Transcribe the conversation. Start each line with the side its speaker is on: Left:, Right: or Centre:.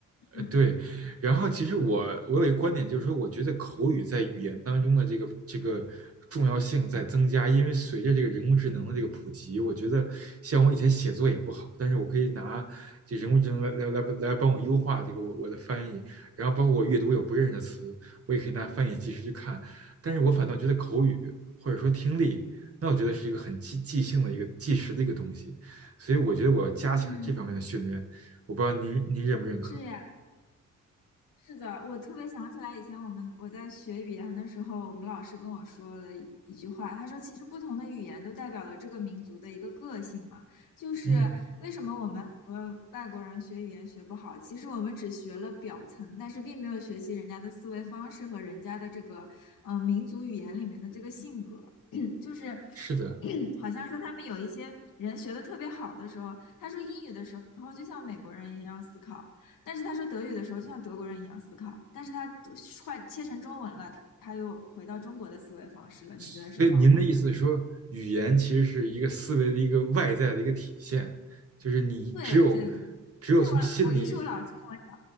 Left: 嗯
Right: 呃，对，然后其实我我有一个观点，就是说，我觉得口语在语言当中的这个这个重要性在增加，因为随着这个人工智能的这个普及，我觉得像我以前写作也不好，但是我可以拿这人工智能来来来来帮我优化这个我我的翻译，然后包括我阅读有不认识的词，我也可以拿翻译即时去看，但是我反倒觉得口语或者说听力，那我觉得是一个很即即兴的一个即时的一个东西，所以我觉得我要加强这方面的训练，
Left: 嗯，
Right: 我不知道您您认不认可。
Left: 是呀。是的，我特别想起来以前我们我在学语言的时候，我们老师跟我说了一一句话，他说其实不同的语言都代表了这个民族的一个个性嘛，就是为什么我们很多外国人学语言学不好，
Right: 嗯，
Left: 其实我们只学了表层，但是并没有学习人家的思维方式和人家的这个呃民族语言里面的这个性格，<coughs> <clears throat> 就是
Right: 是的，
Left: <clears throat> 好像说他们有一些人学的特别好的时候，他说英语的时候然后就像美国人一样思考。但是他说德语的时候，就像德国人一样思考，但是他换切成中文了，他又回到中国的思维方式了。
Right: 所以您的意思是说，
Left: 你觉得是这样吗？
Right: 语言其实是一个思维的一个外在的一个体现，就是你只有
Left: 对对对，
Right: 只有从心里，
Left: 这我我也是我老师跟我讲，